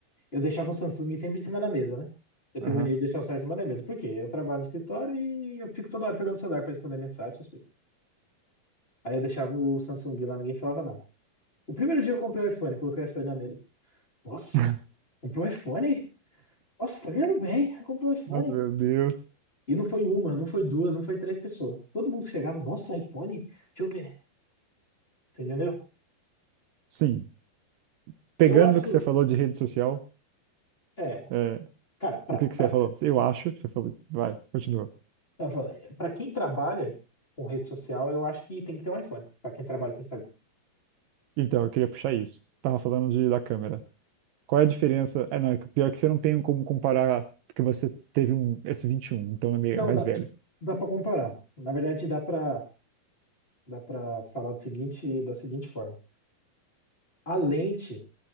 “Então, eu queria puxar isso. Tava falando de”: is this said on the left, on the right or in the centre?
Right